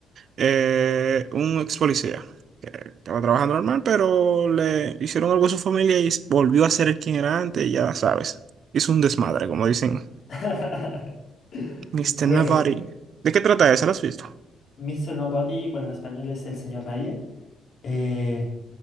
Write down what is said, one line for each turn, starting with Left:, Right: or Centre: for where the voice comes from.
Right: eh, un ex policía que estaba trabajando normal, pero le hicieron algo a su familia y volvió a ser el quien era antes, y ya sabes. Hizo un desmadre, como dicen.
Left: <laughs>
Right: Mister
Left: Bueno,
Right: Navari. ¿De qué trata esa? ¿La has visto?
Left: Mister Nobody, bueno, en español es el señor nadie. Eh,